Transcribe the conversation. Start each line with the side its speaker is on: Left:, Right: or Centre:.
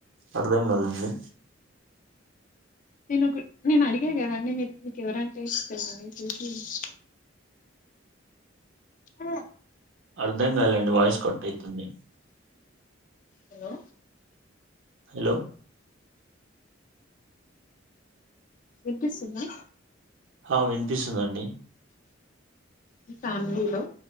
Right: అర్థం కాలే అండి.
Left: నేను నేను అడిగా కదండి మీ మీకు ఎవరంటే ఇష్టం అని చూసి. ఆహ్
Right: అర్థం కాలేండి వాయిస్ కట్ అయితుంది.
Left: హలో.
Right: హలో
Left: వినిపిస్తుందా.
Right: ఆహ్ వినిపిస్తుందండి.
Left: మీ ఫ్యామిలీలో